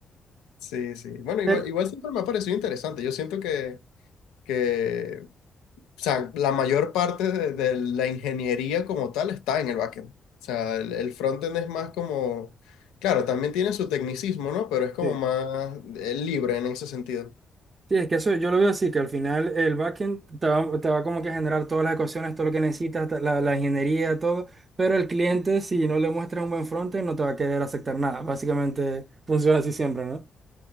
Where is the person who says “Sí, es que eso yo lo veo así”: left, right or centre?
Right